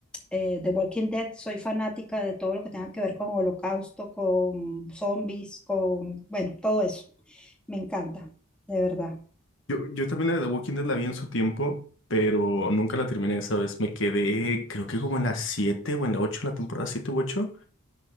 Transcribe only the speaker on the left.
Yo, yo también la de The Walking Dead la vi en su tiempo, pero nunca la terminé esa vez. Me quedé, creo que como en la siete o en la ocho en la temporada 7 u 8